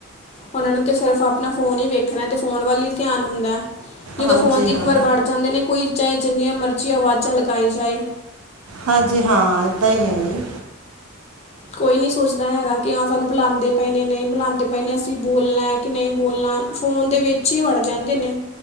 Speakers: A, on the left; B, on the right.
A: ਉਹਨਾਂ ਨੂੰ ਤਾਂ ਸਿਰਫ਼, ਆਪਣਾ ਫੋਨ ਹੀ ਵੇਖਣਾ ਅਤੇ ਫ਼ੋਨ ਵੱਲ ਹੀ ਧਿਆਨ ਹੁੰਦਾ ਜਦੋਂ
B: ਹਾਂਜੀ
A: ਫੋਨ ਚ,
B: ਹਾਂ
A: ਇੱਕ ਵਾਰ ਵੜ ਜਾਂਦੇ ਨੇ, ਕੋਈ ਚਾਹੇ ਜਿੰਨੀਆਂ ਮਰਜ਼ੀ ਆਵਾਜ਼ਾਂ ਲਗਾਈ ਜਾਏ।
B: ਹਾਂਜੀ, ਹਾਂ ਇੱਦਾਂ ਹੀ ਹੈ ਜੀ।
A: ਕੋਈ ਨਹੀਂ, ਸੋਚਦਾ ਹੈਗਾ ਕਿ ਹਾਂ ਸਾਨੂੰ ਬੁਲਾਉਂਦੇ ਪਏ ਨੇ, ਨਹੀਂ ਬੁਲਾਉਂਦੇ ਪਏ ਨੇ ਅਸੀਂ ਬੋਲਣਾ ਕਿ ਨਹੀਂ ਬੋਲਣਾ, ਫੋਨ ਦੇ ਵਿੱਚ ਹੀ ਵੜ ਜਾਂਦੇ ਨੇ।